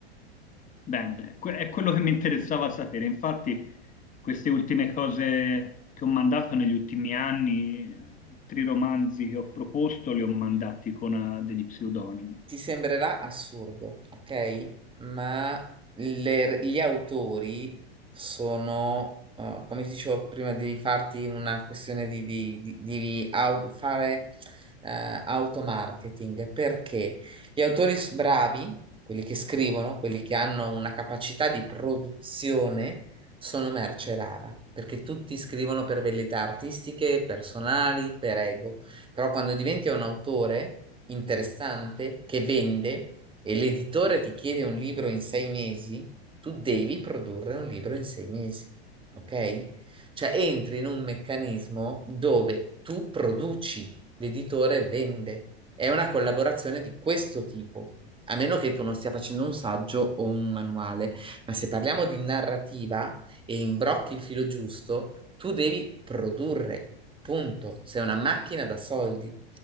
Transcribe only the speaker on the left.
Bene, que- è quello che mi interessava sapere. Infatti, queste ultime cose che ho mandato negli ultimi anni, tre romanzi che ho proposto, li ho mandati con eh, degli pseudonimi.